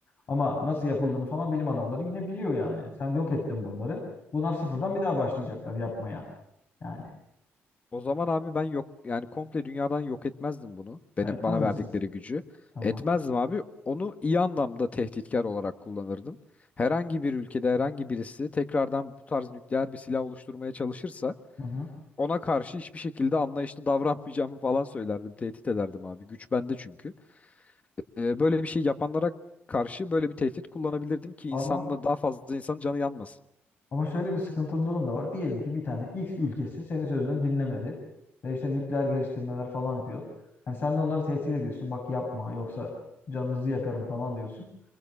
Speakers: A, on the left; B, on the left.
A: Ama nasıl yapıldığını falan bilim adamları yine biliyor yani. Sen yok ettin bunları. Bunlar sıfırdan bir daha başlayacaklar yapmaya. Yani
B: O zaman abi ben yok yani komple dünyadan yok etmezdim bunu.
A: ha,
B: Beni,
A: etmez
B: bana
A: misin?
B: verdikleri gücü
A: Tamam.
B: etmezdim abi. Onu iyi anlamda tehditkar olarak kullanırdım. Herhangi bir ülkede herhangi birisi tekrardan bu tarz nükleer bir silah oluşturmaya çalışırsa
A: Hı hı.
B: ona karşı hiçbir şekilde anlayışlı davranmayacağımı falan söylerdim. Tehdit ederdim abi. Güç bende çünkü. Ee, böyle bir şey yapanlara karşı böyle bir tehdit kullanabilirdim ki
A: Ama
B: insanla daha fazla insanın canı yanmasın.
A: ama şöyle bir sıkıntılı durum da var. Diyelim ki bir tane X ülkesi senin sözünü dinlemedi ve işte nükleer geliştirmeler falan yapıyor. Hani sen de onları tehdit ediyorsun. Bak yapma yoksa canınızı yakarım falan diyorsun.